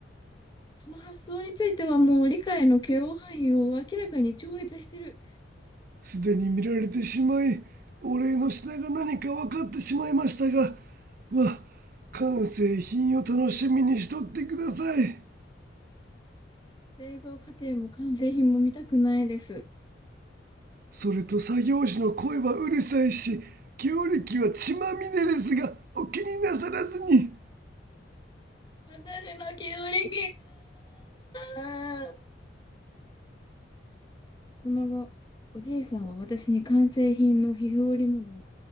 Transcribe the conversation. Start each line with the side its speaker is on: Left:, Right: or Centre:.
Left: その発想についてはもう理解の許容範囲を明らかに超越してる。
Right: すでに見られてしまいお礼の品が何か分かってしまいましたがまあ完成品を楽しみにしとってください
Left: 製造過程も完成品も見たくないです。
Right: それと作業士の声はうるさいし強力は血まみれですがお気になさらずに
Left: 私の記憶力が。その後、おじいさんは私に完成品の皮膚織物を